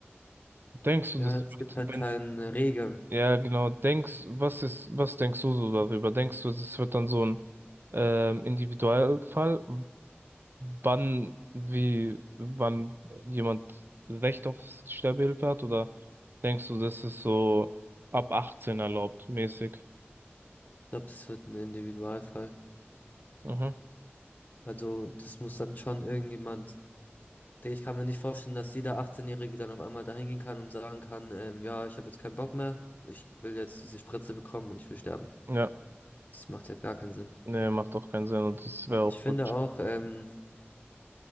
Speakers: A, on the right; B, on the left.
A: denkst du,
B: Ja,
A: das
B: es
A: wird,
B: gibt halt
A: wenn
B: keine Regeln.
A: Ja, genau. Denkst, was ist, was denkst du so darüber? Denkst du, es wird dann so ein ähm, Individualfall, wann, wie, wann jemand Recht auf Sterbehilfe hat? Oder denkst du, das ist so ab 18 erlaubt, mäßig?
B: Ich glaube, das wird ein Individualfall.
A: Mhm.
B: Also, das muss dann schon irgendjemand. Digga, Ich kann mir nicht vorstellen, dass jeder 18-Jährige dann auf einmal dahin gehen kann und sagen kann, ähm, ja, ich habe jetzt keinen Bock mehr, ich will jetzt diese Spritze bekommen und ich will sterben.
A: Ja,
B: Das macht ja gar keinen Sinn.
A: nee, macht doch keinen Sinn und das wäre auch
B: Ich finde
A: falsch.
B: auch, ähm,